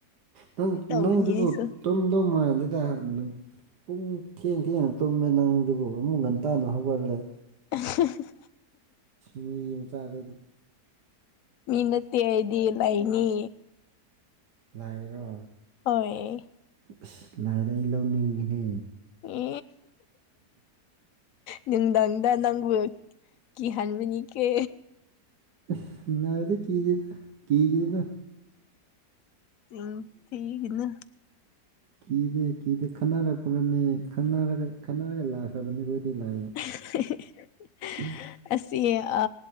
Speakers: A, on the right (about 80°); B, on the left (about 65°).
A: ꯅꯪ
B: ꯇꯧꯕꯅꯤ
A: ꯅꯪꯁꯨ
B: ꯑꯩꯁꯨ
A: ꯇꯨꯝꯗꯧ ꯃꯥꯟꯗꯦꯗ꯫ ꯄꯨꯡ ꯊꯦꯡ ꯊꯦꯡ ꯇꯨꯝꯃꯦ ꯅꯪꯗꯨꯕꯨ ꯑꯃꯨꯛ ꯉꯟꯇꯥꯅ ꯍꯧꯒꯜꯂꯦ꯫
B: <unintelligible>
A: ꯃꯤ ꯃꯆꯗꯤ <unintelligible>
B: ꯃꯤ ꯅꯠꯇꯦ ꯑꯩꯗꯤ ꯂꯥꯏꯅꯤ꯫
A: ꯂꯥꯏꯔꯣ꯫
B: ꯍꯣꯏ
A: ꯑꯁ ꯂꯥꯏꯗ ꯑꯩ ꯂꯧꯅꯤꯡꯉꯤꯍꯦ
B: ꯎ ꯅꯨꯡꯗꯪꯗ ꯅꯪꯕ ꯀꯤꯍꯟꯕꯅꯤ ꯀꯦ
A: ꯁꯅꯥꯕꯗ ꯀ ꯆꯦꯂ ꯀ ꯆꯦꯗ
B: ꯑ ꯊꯤꯒꯅꯦ
A: ꯀꯤꯗꯦ ꯀꯤꯗꯦ ꯈꯟꯅꯔꯛꯄ꯭ꯔꯅꯦ ꯈꯟꯅꯔꯒ ꯈꯠꯟꯅꯔꯒ ꯂꯥꯛꯈ꯭ꯔꯕꯅꯤ ꯑꯩꯈꯣꯏꯗꯤ ꯂꯥꯛꯑꯦ
B: <inaudible>
A: ꯎꯝ
B: ꯑꯁꯤ ꯑ